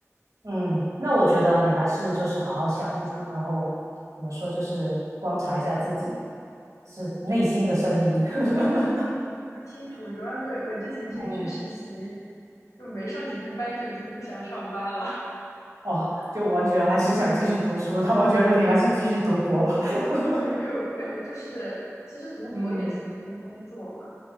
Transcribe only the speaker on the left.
<laughs> 不清楚，主要是我之前其实去实习，
就没上几天班就已经不想上班了，
<laughs> 然后也没有，我感觉就是其实读博也是一份工作嘛。